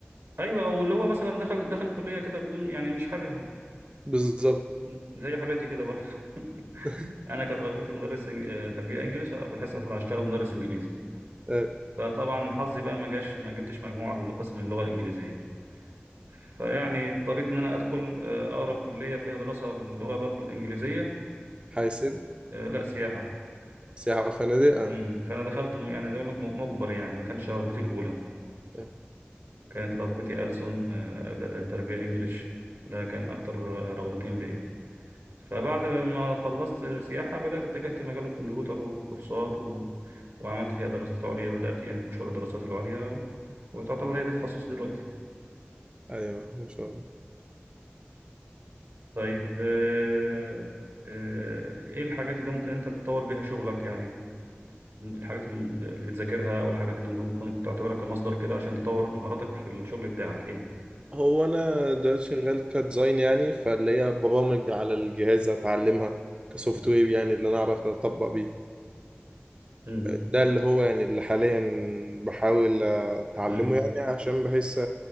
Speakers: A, on the right; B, on the right.
A: أيوه أو اللي هو مثلا دخل دخل كلية كده بدون يعني مش حاببها
B: بالظبط
A: مم. زي حالاتي كده برضه <laughs>
B: <laughs>
A: أنا كانت رغبتي مدرس إنج- آه، تربية إنجليش آه، بحيث أطلع أشتغل مدرس إنجليزي
B: آه،
A: فطبعا حظي بقى ما جاش ما جبتش مجموع لقسم اللغة الإنجليزية فيعني اضطريت ان انا ادخل آه، اقرب كليه فيها دراسه باللغه برضو الانجليزيه
B: حاسب
A: ولا سياحه
B: سياحه وفنادق آه.
A: امم فانا دخلت م- يعني زي ما اقول لك م- مجبر يعني ما كانش رغبتي الاولى
B: آه،
A: كانت رغبتي ألسن آه، أد- آه، تربيه انجليش ده كان اكتر آه، رغبتين ليا فبعد ما خلصت سياحه بدات اتجهت لمجال الكمبيوتر وكورسات و... وعملت فيها دراسات عليا بدات يعني في مشوار الدراسات العليا و... وتعتبر هي ده تخصصي دلوقتي
B: ايوه ما شاء الله
A: طيب آه، آه، ايه الحاجات اللي ممكن انت تطور بيها شغلك يعني الحاجات اللي اللي بتذاكرها او الحاجات اللي انت ممكن تعتبرها كمصدر كده عشان تطور مهاراتك في الشغل بتاعك ايه
B: هو انا دلوقتي شغال كديزاين يعني فاللي هي برامج على الجهاز اتعلمها كسوفت
A: مم.
B: وير يعني اللي انا اعرف اطبق بيه
A: مم.
B: ده اللي هو يعني اللي حاليا بحاول اتعلمه
A: مم.
B: يعني عشان بحيث